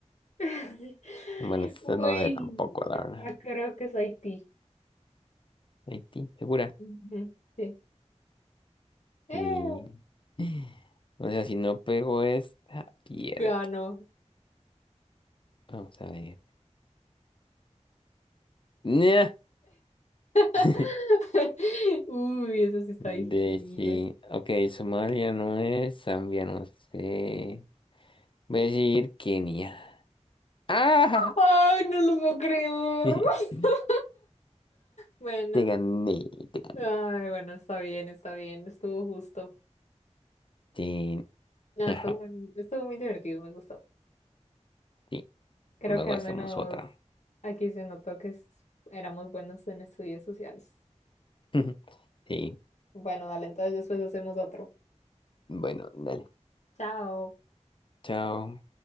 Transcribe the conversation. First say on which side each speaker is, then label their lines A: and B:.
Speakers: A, on the left; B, on the left.
A: <laughs>
B: Bueno, esta no
A: Uy,
B: sé tampoco, la verdad.
A: ya creo que es Haití.
B: Haití, ¿segura?
A: Ujú, Sí. Eh,
B: Sí. <laughs> O sea, si no pego esta, pierdo.
A: ganó.
B: Vamos a ver. Nah.
A: <laughs>
B: <laughs>
A: Uy, eso sí está
B: De
A: dificililla.
B: sí. Ok, Somalia no es, Zambia no sé. Voy a decir Kenia. ¡Ah!
A: Ay, no lo puedo creer.
B: <laughs>
A: <laughs> Bueno,
B: Te gané, te gané.
A: ay,
B: <laughs>
A: bueno, está bien, está bien, estuvo justo.
B: Sí,
A: No,
B: ajá,
A: estuvo, muy- estuvo muy divertido, me gustó.
B: sí.
A: Creo
B: Luego
A: que al
B: hacemos
A: menos
B: otra.
A: aquí se notó que es- éramos buenos en estudios sociales.
B: <laughs> Sí.
A: Bueno, dale, entonces después hacemos otro.
B: Bueno, dale.
A: Chao.
B: Chao.